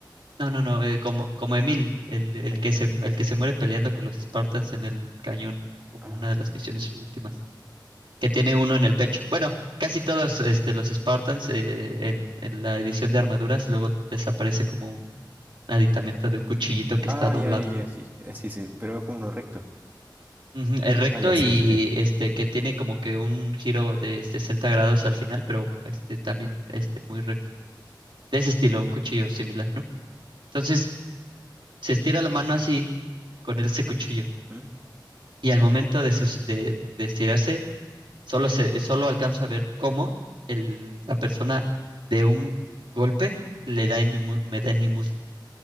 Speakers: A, on the right; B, on the right.
A: No, no, no, eh, como, como Emil, el, el
B: Ay, mi-
A: que se, el que se muere peleando con los Spartans en el cañón, como
B: a
A: una de
B: ver.
A: las misiones últimas. que tiene uno en el pecho. Bueno, casi todos este, los Spartans eh, en, en la edición de armaduras luego desaparece como un aditamento de un cuchillito que
B: Ah,
A: está doblado.
B: ya, ya, ya. Sí, eh, sí, sí, pero es como uno recto.
A: Ujú, Es recto
B: Ah, ya, sí,
A: y
B: sí, sí.
A: este que tiene como que un giro de 60 grados al final, pero este también este muy recto. De ese estilo,
B: Ah,
A: un cuchillo similar,
B: ya.
A: ¿no? Entonces, se estira la mano así con ese cuchillo
B: ¿Mm?
A: y al momento de, sus- de, de estirarse Solo se, solo alcanzo a ver cómo el- la persona de un golpe le da en mi, mu- me da en mi muslo